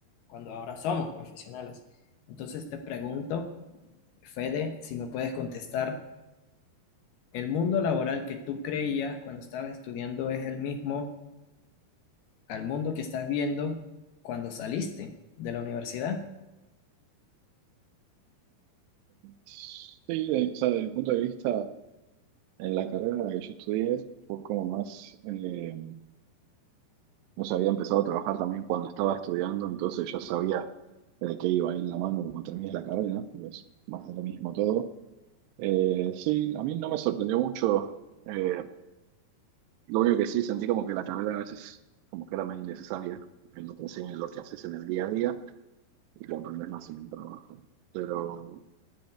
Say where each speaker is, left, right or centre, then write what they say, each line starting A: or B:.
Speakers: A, on the left; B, on the right.
A: cuando ahora somos profesionales. Entonces te pregunto, Fede, si me puedes contestar, ¿el mundo laboral que tú creías cuando estabas estudiando es el mismo? al mundo que estás viendo cuando saliste de la universidad.
B: Sí, de- o sea, desde mi punto de vista, en la carrera en la que yo estudié, fue como más, eh, no sé, había empezado a trabajar también cuando estaba estudiando, entonces ya sabía de qué iba a ir la mano cuando terminé la carrera, porque es más de lo mismo todo. Eh, sí, a mí no me sorprendió mucho, eh, lo único que sí sentí como que la carrera a veces como que era más innecesaria, porque no te enseñan lo que haces en el día a día y lo aprendes más en el trabajo. Pero,